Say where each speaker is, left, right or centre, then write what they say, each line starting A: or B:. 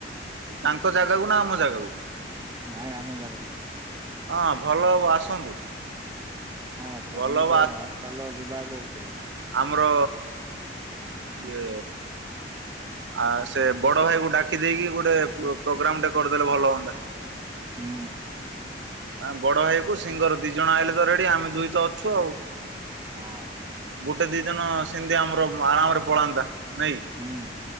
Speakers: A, on the right; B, on the right.
A: ତାଙ୍କ ଜାଗାକୁ ନା ଆମ ଜାଗାକୁ?
B: ନାଇଁ ଆମ ଜାଗାକୁ।
A: ହଁ ଭଲ ହବ ଆସନ୍ତୁ।
B: ହଁ ପୁରା
A: ଭଲ
B: ମୁଁ
A: ହବ
B: ତ
A: ଆ
B: ଆସ୍ ଚାଲ ଯିବା କହୁଥିଲି।
A: ଆମର ଇଏ ଆ ସେ ବଡ ଭାଇକୁ ଡାକି ଦେଇକି ଗୋଟେ ପ ପ୍ରୋଗ୍ରାମଟେ କର୍ ଦେଲେ ଭଲ ହୁଅନ୍ତା।
B: ହୁଁ।
A: ଆଁ ବଡ ଭାଇକୁ ସିଙ୍ଗର୍ ଦି ଜଣ ଆଇଲେ ତ ରେଡି ଆମେ ଦୁଇ ତ ଅଛୁ ଆଉ।
B: ହଁ।
A: ଗୋଟେ ଦି ଦିନ ସିନ୍ତି ଆମର ଆରାମରେ ପଳାନ୍ତା ନାଇଁକି?
B: ହୁଁ